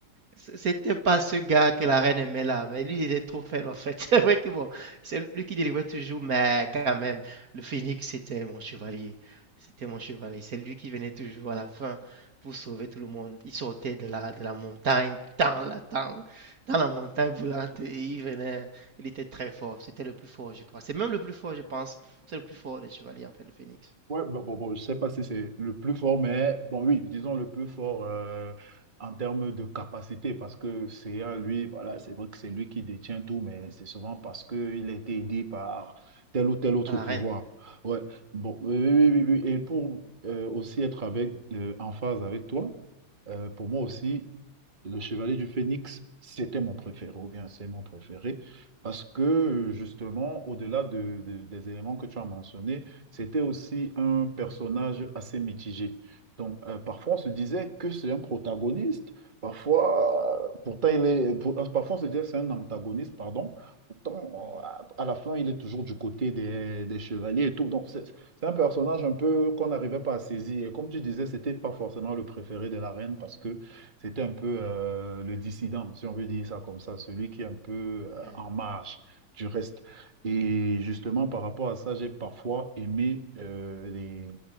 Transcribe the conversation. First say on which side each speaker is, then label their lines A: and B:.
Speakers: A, on the right (about 55°); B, on the right (about 25°).
A: C- C'était pas ce gars que la reine aimait là, mais lui il est trop faible en fait. <laughs> C'est vrai que bon, c'est lui qui délivrait toujours, mais quand même, le phénix c'était mon chevalier. C'était mon chevalier. C'est lui qui venait toujours à la fin pour sauver tout le monde. Il sortait de la, de la montagne, dans la, dans, dans la montagne brûlante, et il venait. Il était très fort. C'était le plus fort, je crois. C'est même le plus fort, je pense. C'est le plus fort des chevaliers en fait, le phénix.
B: Ouais, bon, bon, bon, je sais pas si c'est le plus fort, mais bon, oui, disons le plus fort euh, en termes de capacité, parce que CA, lui, voilà,
A: Mhm.
B: c'est vrai que c'est lui qui détient tout, mais c'est souvent parce qu'il a été aidé par tel ou tel autre
A: À la
B: pouvoir.
A: reine.
B: Ouais, bon, oui, oui, oui, oui. oui, Et pour euh, aussi être avec, euh, en phase avec toi, euh, pour moi aussi, le Chevalier du Phénix, c'était mon préféré, ou bien c'est mon préféré, parce que justement, au-delà de- de- des éléments que tu as mentionnés, c'était aussi un personnage assez mitigé. Donc, euh, parfois, on se disait que c'est un protagoniste, parfois, euh, pourtant, il est, pour- euh, parfois, on se disait que c'est un antagoniste, pardon, pourtant,
A: Mhm.
B: euh, à la fin, il est toujours du côté des, des chevaliers et tout. Donc, c'est c'est un personnage un peu qu'on n'arrivait pas à saisir. Et comme tu disais, c'était pas forcément le préféré de la reine parce que c'était un peu euh, le dissident, si on veut dire ça comme ça, celui qui est un peu euh,
A: Ouais,
B: en marge du reste. Et justement, par rapport à ça, j'ai parfois aimé euh, les,